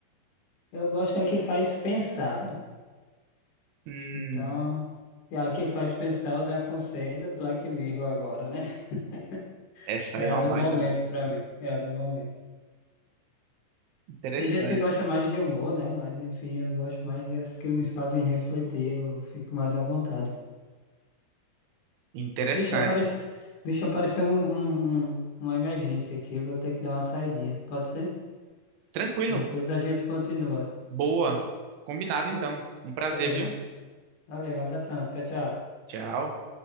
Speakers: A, on the left (about 85°); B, on the right (about 85°).
A: Eu gosto é que faz pensar, velho.
B: Hum,
A: Então, e a que faz pensar, eu lhe aconselho Black Mirror agora, né? <laughs>
B: essa
A: É
B: aí
A: a
B: é uma
A: do
B: baita.
A: momento pra mim, é a do momento.
B: Interessante.
A: Tem gente que gosta mais de humor, né? Mas enfim, eu gosto mais dessas que me fazem refletir, eu fico mais à vontade.
B: Interessante.
A: Bicho, aparece... Bicho, apareceu um, um- um- uma emergência aqui, eu vou ter que dar uma saidinha, pode ser?
B: Tranquilo.
A: Depois a gente continua,
B: Boa. Combinado
A: viu?
B: então. Um prazer,
A: Beleza.
B: viu?
A: Valeu, um abração, tchau, tchau.
B: Tchau.